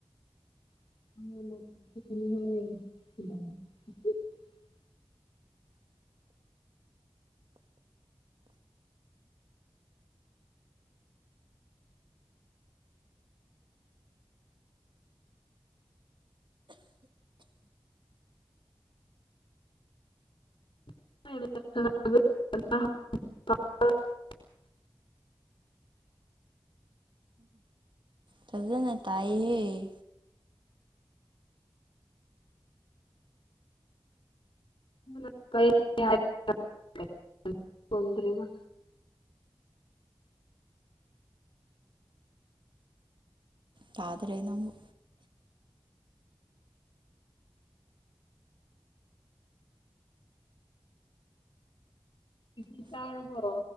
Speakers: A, on the left (about 70°); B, on the right (about 60°).
A: <unintelligible> <inaudible> <unintelligible> <inaudible>
B: ꯆꯖꯅ ꯇꯥꯏ
A: <unintelligible> <inaudible> ꯀ <unintelligible> <inaudible> ꯇꯗ꯭ꯔꯦꯕ
B: ꯇꯥꯗꯔꯦꯅ
A: ꯤ ꯇꯥꯔ ꯄꯨꯣꯔꯣ